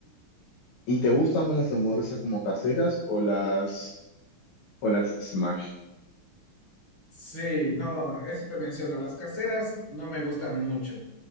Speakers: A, on the left (about 80°); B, on the left (about 60°).
A: ¿Y te gustan más las hamburguesas como caseras o las o las smash?
B: Sí, no, eso te menciono. Las caseras no me gustan mucho.